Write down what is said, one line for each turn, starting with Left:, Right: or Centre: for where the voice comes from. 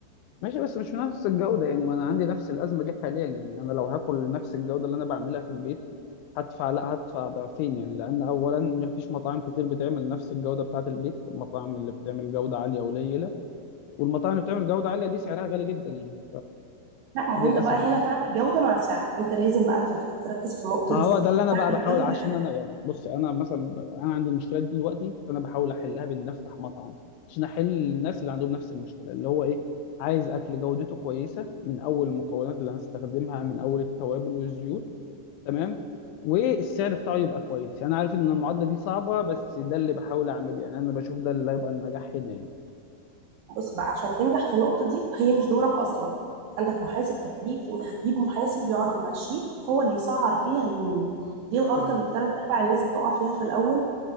Left: ماشي بس مش نفس الجودة يعني ما انا عندي نفس الأزمة دي حاليا يعني انا لو هاكل نفس الجودة اللي انا بعملها في البيت هدفع لا هدفع ضعفين يعني لأن أولا مفيش مطاعم كتير بتعمل نفس الجودة بتاعة البيت المطاعم اللي بتعمل جودة عالية قليلة والمطاعم اللي بتعمل جودة عالية دي سعرها غالي جدا يعني
Right: لا ما
Left: فللأسف
Right: هو انت بقى هنا تعمل جودة مع سعر انت لازم بقى تت- تركز في النقطة
Left: ما
Right: دي
Left: هو ده اللي انا
Right: تعمل
Left: بقى بحاول
Right: جودة
Left: عشان انا يعني بص انا مثلا ب- انا عندي المشكله دي دلوقتي فانا بحاول احلها بان افتح مطعم عشان احل الناس اللي عندهم نفس المشكله اللي هو ايه عايز اكل جودته كويسه من اول المكونات اللي هنستخدمها من اول التوابل والزيوت تمام والسعر بتاعه يبقى كويس يعني عارف ان المعادله دي صعبه بس ده اللي بحاول اعمله يعني انا بشوف ده اللي هيبقى النجاح هنا يعني
Right: بص بقى عشان تنجح في النقطة دي هي مش دورك اصلا عندك محاسب تكاليف انت هتجيب محاسب يقعد مع الشيف هو اللي يسعر فيها المنيو دي الغلطة
Left: تمام
Right: اللي تلات ارباع الناس بتقع فيها في الاول